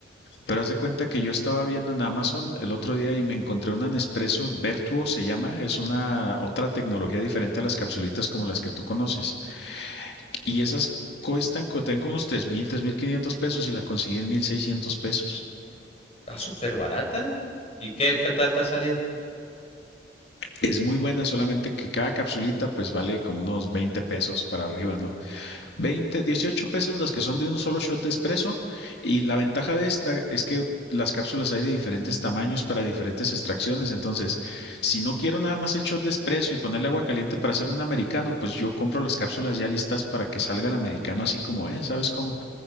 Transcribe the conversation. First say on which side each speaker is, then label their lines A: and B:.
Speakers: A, on the left (about 60°); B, on the left (about 35°).
A: Pero haz de cuenta que yo estaba viendo en Amazon el otro día y me encontré una Nespresso Vertuo, se llama, es una otra tecnología diferente a las capsulitas como las que tú conoces. Y esas cuestan, co- tienen como unos tres mil, tres mil quinientos pesos y la conseguí en 1600 pesos.
B: Está súper barata. ¿Y qué, qué tal te ha salido?
A: Es muy buena, solamente que cada capsulita pues vale como unos 20 pesos para arriba, ¿no? veinte 18 pesos las que son de un solo shot de espresso y la ventaja de esta es que las cápsulas hay de diferentes tamaños para diferentes extracciones, entonces si no quiero nada más el shot de espresso y ponerle agua caliente para hacerme un americano, pues yo compro las cápsulas ya listas para que salga el americano así como es, ¿sabes cómo?